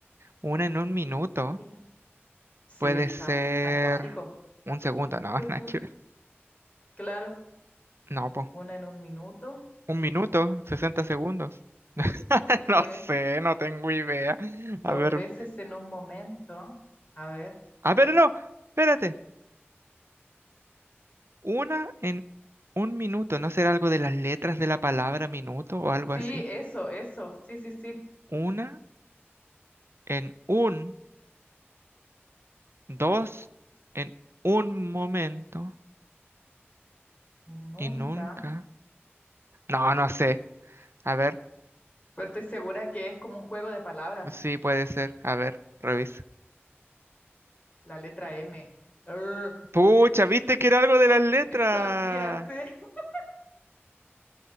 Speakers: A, on the right (about 70°); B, on the left (about 30°).
A: Una en un minuto
B: ¿Qué? Sí,
A: puede
B: está,
A: ser
B: está acuático.
A: un segundo. No,
B: ¿Qué
A: <laughs>
B: ocurre?
A: nada que ver.
B: Claro,
A: No, po.
B: una en un minuto.
A: Un minuto, 60 segundos. <laughs>
B: Sí.
A: No sé, no tengo idea.
B: Dos
A: A ver.
B: veces en un momento. A ver.
A: A ver, no. Espérate. Una en un minuto. ¿No será algo de las letras de la palabra minuto o algo
B: Sí,
A: así?
B: eso, eso. Sí, sí, sí.
A: Una en un, dos en un momento.
B: Y nunca.
A: Y nunca. No, no sé. A ver.
B: Pero estoy segura que es como un juego de palabras.
A: Sí, puede ser. A ver, revisa.
B: La letra M. Arr.
A: Pucha, viste que era algo de las letras.
B: Yo sabía, sí. <laughs>